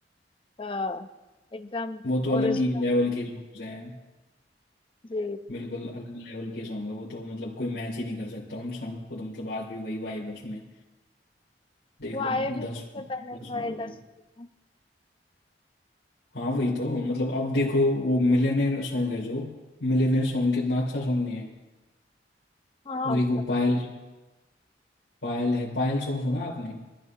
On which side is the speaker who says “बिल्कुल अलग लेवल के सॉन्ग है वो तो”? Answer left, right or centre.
Left